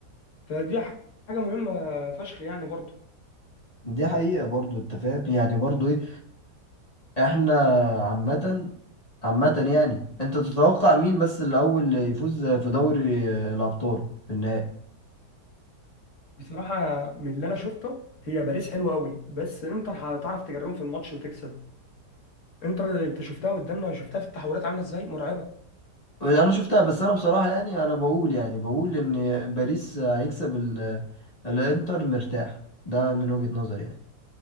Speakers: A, on the left; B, on the left.
A: فدي ح- حاجه مهمه فشخ يعني برضه
B: دي حقيقة برضو انت فاهم يعني برضو ايه احنا عامة عامة يعني انت تتوقع مين بس الاول يفوز في دوري آه، الابطال في النهائي
A: بصراحه من اللي انا شفته هي باريس حلوه قوي بس انتر هتعرف تجرهم في الماتش وتكسب انتر انت شفتها قدامنا شفتها في التحولات عامله ازاي مرعبه
B: انا شفتها بس انا بصراحة يعني انا بقول يعني بقول ان باريس هيكسب ال- الانتر مرتاح ده من وجهة نظري يعني